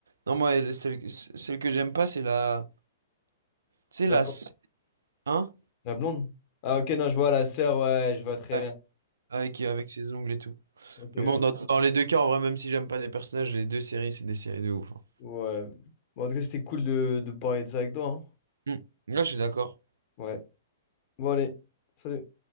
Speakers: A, on the right; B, on the left.
A: Non, moi, elle- celle, celle que j'aime pas, c'est la. c'est
B: La
A: la.
B: blonde.
A: s- Hein?
B: La blonde? Ah, ok, non, je vois la sœur, ouais, je vois très
A: Ouais.
B: bien.
A: Avec, avec ses ongles et tout.
B: Ok, ouais.
A: Mais bon, dans, dans les deux cas, en vrai, même si j'aime pas les personnages, les deux séries, c'est des séries de ouf. hein.
B: Ouais. Bon, en tout cas, c'était cool de, de parler de ça avec toi. hein.
A: Mm. Là, je suis d'accord.
B: Ouais. Bon, allez. Salut.